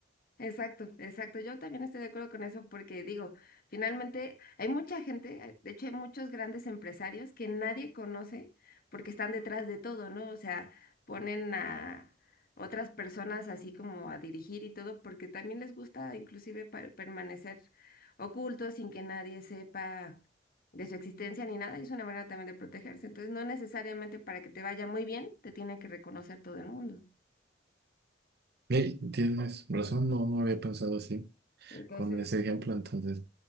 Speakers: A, on the left (about 50°); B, on the right (about 60°).
A: Exacto, exacto. Yo también estoy de acuerdo con eso porque digo, finalmente hay mucha gente, hay- de hecho hay muchos grandes empresarios que nadie conoce porque están detrás de todo, ¿no? O sea, ponen a otras personas así como a dirigir y todo porque también les gusta inclusive pa- permanecer ocultos sin que nadie sepa de su existencia ni nada y es una manera también de protegerse. Entonces, no necesariamente para que te vaya muy bien, te tiene que reconocer todo el mundo.
B: Hey, tienes razón, no, no había pensado así
A: Entonces,
B: con ese ejemplo, entonces